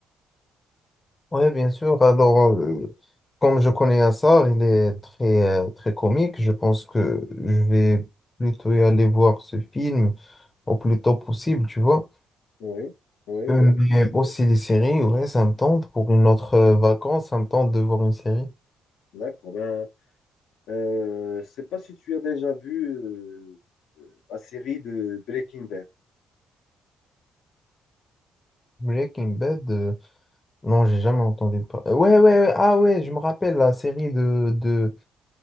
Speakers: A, on the left (about 25°); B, on the left (about 80°).
A: Oui, bien sûr. Alors, euh, comme je connais Assar, il est très, euh, très comique. Je pense que je vais plutôt y aller voir ce film au plus tôt possible, tu vois.
B: Oui, oui, oui.
A: Euh, Mais aussi les séries, ouais, ça me tente. Pour une autre euh, vacance, ça me tente de voir une série.
B: D'accord. Ben, Euh, je sais pas si tu as déjà vu euh, euh, la série de Breaking Bad.
A: Breaking Bad. euh, Non, j'ai jamais entendu parler. Ouais, ouais, ouais, ah ouais, je me rappelle la série de, de,